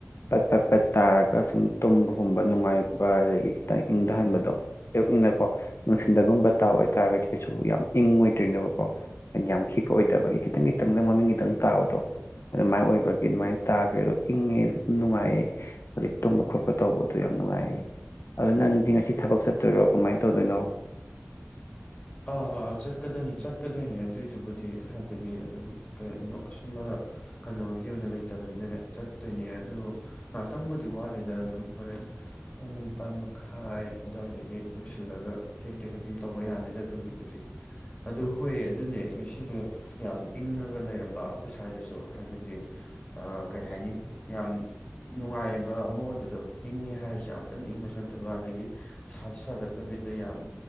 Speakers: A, on the left (about 65°); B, on the left (about 25°).
A: ꯄꯠ ꯄꯠ ꯄꯠ ꯇꯥꯔꯒ ꯁꯨꯝ ꯇꯨꯝꯕꯒꯨꯝꯕ ꯅꯨꯡꯉꯥꯏꯕ ꯑꯗꯒꯤ ꯈꯤꯇꯪ ꯏꯪꯊꯍꯟꯕꯗꯣ ꯑꯌꯨꯛ ꯏꯅꯀꯣ ꯅꯨꯡꯁꯤꯟꯗꯒꯨꯝꯕ ꯇꯥꯕ ꯑꯣꯏꯇꯥꯔꯒꯗꯤ ꯀꯩꯁꯨ ꯌꯥꯝ ꯏꯪ ꯑꯣꯏꯗꯣꯏꯔꯤꯅꯦꯕꯀꯣ ꯍꯥꯏꯗꯤ ꯌꯥꯝ ꯈꯤꯛꯄ ꯑꯣꯏꯗꯕ ꯈꯤꯇꯪ ꯈꯤꯇꯪꯗꯪ ꯃꯃꯤꯡ ꯈꯤꯇꯪ ꯇꯥꯕꯗꯣ ꯑꯗꯨꯃꯥꯏꯅ ꯑꯣꯏꯕꯒꯤ ꯑꯗꯨꯃꯥꯏꯅ ꯇꯥꯈ꯭ꯔꯦ ꯑꯗꯣ ꯏꯪꯉꯦꯝ ꯅꯨꯡꯉꯥꯏꯌꯦ ꯍꯧꯛ ꯇꯨꯝꯕ ꯈꯣꯠꯄ ꯇꯧꯕꯗꯣ ꯌꯥꯝ ꯅꯨꯡꯉꯥꯏꯌꯦ ꯑꯗꯨꯣ ꯅꯪꯗꯤ ꯉꯁꯤ ꯊꯕꯛ ꯆꯠꯇꯣꯏꯔꯣ ꯀꯃꯥꯏꯅ ꯇꯧꯗꯣꯏꯅꯣ
B: ꯑꯥ ꯑꯥ ꯑꯥ ꯆꯠꯀꯗꯣꯏꯅꯤ ꯆꯠꯀꯗꯣꯏꯅꯦ ꯑꯗꯨꯏꯗꯨꯕꯨꯗꯤ ꯍꯥꯏꯕꯗꯤ ꯑꯗꯨꯝ ꯀ ꯑꯁꯨꯝꯃ ꯀꯩꯅꯣꯒꯤ ꯑꯣꯏꯅ ꯂꯩꯇꯕꯅꯤꯅꯅꯦ ꯆꯠꯇꯣꯏꯅꯦ ꯑꯗꯨꯣ ꯉꯥꯏꯍꯥꯛꯇꯪꯕꯨꯗꯤ ꯋꯥꯠꯂꯤꯗ ꯑꯗꯨꯝ ꯍꯣꯔꯦꯟ ꯄꯨꯡ ꯅꯤꯄꯜ ꯃꯈꯥꯏ ꯑꯗꯨꯋꯥꯏꯗꯒꯤ ꯂꯣꯏꯁꯤꯜꯂꯒ ꯇꯦꯛ ꯇꯦꯛ ꯑꯗꯨꯝ ꯇꯧꯕ ꯌꯥꯅꯤꯗ ꯑꯗꯨꯒꯤꯕꯨꯗꯤ ꯑꯗꯨ ꯍꯣꯏꯌꯦ ꯑꯗꯨꯅꯦ ꯉꯁꯤꯗ ꯌꯥꯝ ꯏꯪꯉꯒ ꯂꯩꯔꯝꯕ ꯑꯩꯈꯣꯏ ꯁ꯭ꯋꯥꯏꯗꯁꯨ ꯍꯥꯏꯕꯗꯤ ꯀꯩ ꯍꯥꯏꯅꯤ ꯌꯥꯝ ꯅꯨꯡꯉꯥꯏꯕ ꯑꯃ ꯑꯣꯏꯕꯗꯣ ꯏꯪꯉꯦ ꯍꯥꯏꯔꯁꯨ ꯌꯥꯝ ꯀꯟꯅ ꯏꯪꯕꯁꯨ ꯅꯠꯇꯕ ꯑꯗꯒꯤ ꯁꯥꯁꯨ ꯁꯥꯒꯠꯇꯕꯤꯗ ꯌꯥꯝ